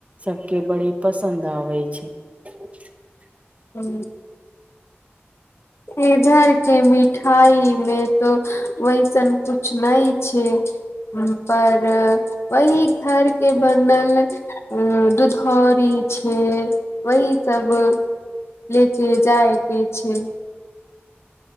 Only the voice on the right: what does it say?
सबके बड़ी पसन्द आबै छै। <inaudible>